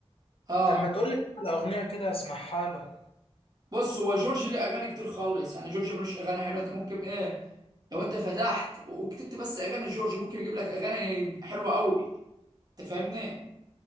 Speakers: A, on the right; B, on the left.
A: اه
B: طب ما تقول لي على اغنية كده اسمعها له أنا
A: بص هو جورجي ليه اغاني كتير خالص يعني جورجي ملوش اغاني حلوه انت ممكن ايه لو انت فتحت وكتبت بس اغاني جورجي ممكن يجيب لك اغاني حلوه قوي انت فاهمني